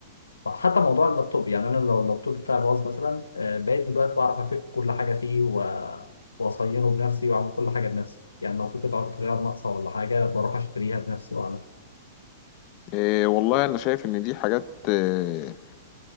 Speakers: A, on the left; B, on the left.
A: آه، حتى موضوع اللابتوب يعني انا لو اللابتوب بتاعي باظ مثلا آه، بقيت دلوقتي بعرف افك كل حاجه فيه و- واصينه بنفسي واعمل كل حاجه بنفسي يعني لو في قطعه غيار ناقصه ولا حاجه بروح اشتريها بنفسي واعملها
B: إيه والله أنا شايف إن دي حاجات آه،